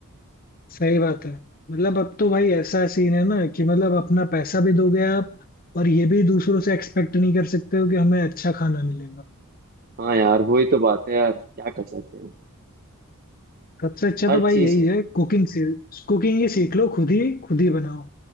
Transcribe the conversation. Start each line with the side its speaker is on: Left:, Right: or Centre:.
Left: सही बात है मतलब अब तो भाई ऐसा सीन है ना कि मतलब अपना पैसा भी दोगे आप और ये भी दूसरों से एक्सपेक्ट नहीं कर सकते हो कि हमें अच्छा खाना मिलेगा
Right: हाँ यार वही तो बात है यार क्या कर सकते हैं
Left: सबसे अच्छा
Right: हर
Left: तो
Right: चीज
Left: भाई यही
Right: है
Left: है कुकिंग से कुकिंग ही सीख लो खुद ही खुद ही बनाओ